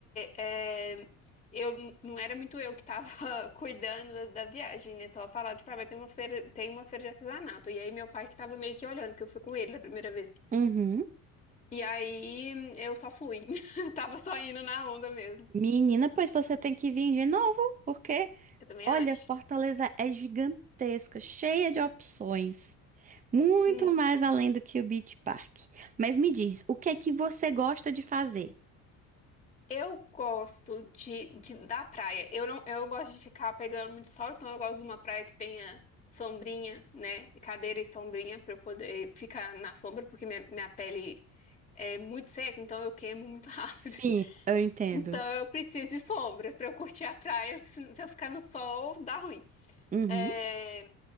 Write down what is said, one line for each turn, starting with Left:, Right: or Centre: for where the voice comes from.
Left: é, eu não era muito eu que tava <laughs> cuidando da, da viagem, né? Só falar, tipo, ah, vai ter uma feira, tem uma feira de artesanato. E aí meu pai que tava meio que olhando, que eu fui com ele da primeira vez.
Right: Uhum.
Left: E aí hum, eu só fui. <laughs> Tava só indo na onda mesmo.
Right: Menina, pois você tem que vir de novo, porque
Left: Eu também
Right: Olha,
Left: acho.
Right: Fortaleza é gigantesca, cheia de opções. Muito
Left: Hum,
Right: mais além do que o Beach Park. Mas me diz, o que é que você gosta de fazer?
Left: Eu gosto de, de- da praia. Eu não, eu gosto de ficar pegando muito sol, então eu gosto de uma praia que tenha sombrinha, né? Cadeira e sombrinha para eu poder ficar na sombra, porque minha, minha pele é muito seca, então eu queimo muito <laughs> rápido.
Right: Sim, eu entendo.
Left: Então eu preciso de sombra para eu curtir a praia, porque se, se eu ficar no sol, dá ruim.
Right: Uhum.
Left: É,